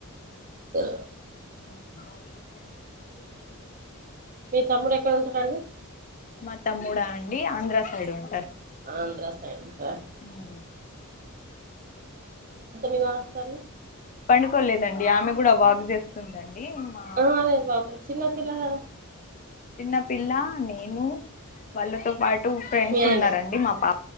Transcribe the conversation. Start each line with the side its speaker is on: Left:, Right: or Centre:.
Right: ఆ
Left: అ
Right: మీ తమ్ముడు ఎక్కడ ఉంటాడండి
Left: మ తమ్ముడా అండి ఆంధ్ర సైడ్ ఉం
Right: ఆంధ్ర సైడ్ ఉంట్రా
Left: ఉమ్.
Right: వినపడుతుంది
Left: పండుకోలేదండి ఆమె కూడా వాక్ చేస్తుందండి మా
Right: ఆమే బాపురే చిన్న పిల్లలగ
Left: చిన్న పిల్ల నేను వాళ్ళతో పాటు ఫ్రెండ్స్
Right: మీ ఆయన
Left: ఉన్నారండి మా పా